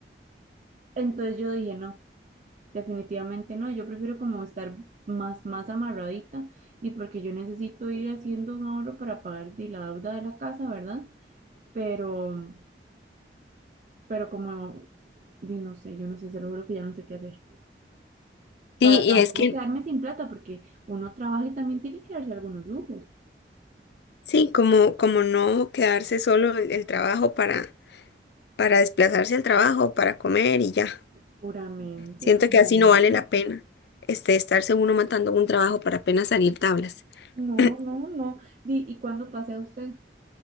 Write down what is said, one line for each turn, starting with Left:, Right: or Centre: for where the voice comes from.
Right: Entonces yo dije, no, definitivamente no, yo prefiero como estar más, más amarradita y porque yo necesito ir haciendo un ahorro para pagar di, la deuda de la casa, ¿verdad? Pero pero como, di, no sé, yo no sé, se lo juro que ya no sé qué hacer.
Left: Sí,
Right: Para tampoco
Left: y es que,
Right: quedarme sin plata, porque uno trabaja y también tiene que darse algunos lujos.
Left: sí, como, como no quedarse solo el, el trabajo para, para desplazarse al trabajo, para comer y ya.
Right: Puramente,
Left: Siento
Right: puramente.
Left: que así no vale la pena, este, estarse uno matando un trabajo para apenas salir tablas. <clears throat>
Right: No, no, no. Di, ¿y cuándo pasea usted?